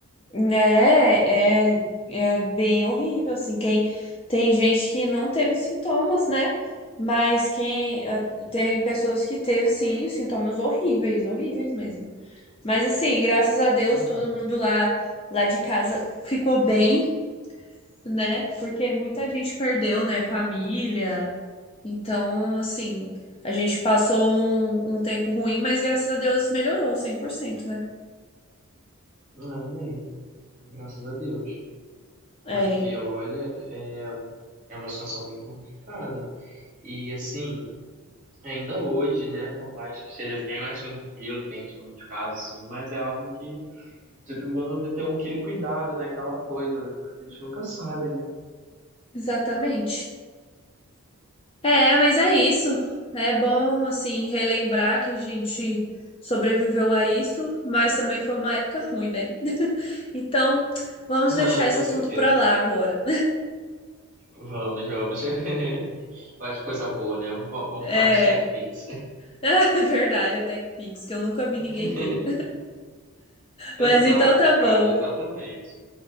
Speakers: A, on the left (about 25°); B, on the right (about 35°).
A: Né, é, é bem horrível, assim, quem tem gente que não teve sintomas, né? Mas quem eh, tem pessoas que teve sim sintomas horríveis, horríveis mesmo. Mas assim, graças a Deus,
B: Então,
A: todo mundo lá lá de casa ficou bem, né? Porque muita gente perdeu, né, família. Então, assim, a gente passou um, um tempo ruim, mas graças a Deus melhorou cem por cento né?
B: amém. Graças a Deus.
A: É,
B: Porque, olha, é, é uma situação bem complicada. E, assim, ainda hoje, né, por mais que seja bem mais tranquilo, tem tido muitos casos, sim, mas é algo que sempre é bom ainda ter um, aquele cuidado, né, aquela coisa, né, porque a gente nunca sabe, né.
A: exatamente. É, mas é isso. É bom, assim, relembrar que a gente sobreviveu a isso, mas também foi uma época ruim, né? <laughs> Então, vamos
B: Não,
A: deixar esse
B: com
A: assunto
B: certeza.
A: pra lá agora.
B: Vamos, vamos. <laughs> Falar de coisa boa, né? V- Vamos
A: É,
B: falar de Tech Pix.
A: <laughs> é verdade, a TechPix, que eu nunca vi ninguém
B: <laughs>
A: ter.
B: Exato,
A: Mas então tá
B: cara,
A: bom.
B: exatamente.